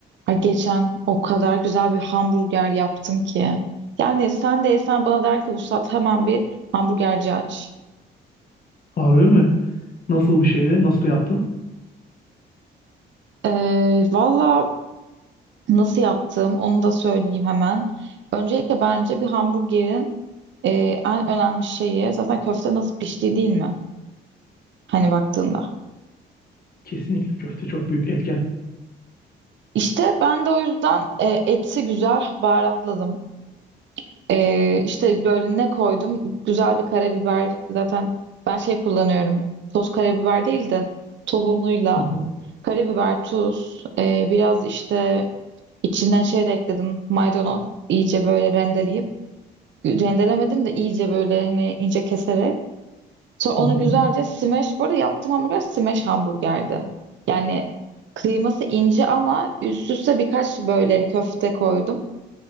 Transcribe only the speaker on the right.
Ay geçen o kadar güzel bir hamburger yaptım ki. Yani sen de yesen bana der ki Vuslat hemen bir hamburgerci aç.
Ee, valla nasıl yaptım onu da söyleyeyim hemen. Öncelikle bence bir hamburgerin e, en önemli şeyi zaten köfte nasıl piştiği değil mi? Hani baktığında.
İşte ben de o yüzden e, eti güzel baharatladım. Ee, işte böyle ne koydum? Güzel bir karabiber. Zaten ben şey kullanıyorum. Toz karabiber değil de tohumuyla.
Karabiber, tuz, ee, biraz işte içinden şey de ekledim. Maydanoz. İyice böyle rendeleyip. Rendelemedim de iyice böyle hani ince keserek. Sonra onu
güzelce smash. Bu arada yaptığım hamburger smash hamburgerdi. Yani kıyması ince ama üst üste birkaç böyle hani köfte koydum.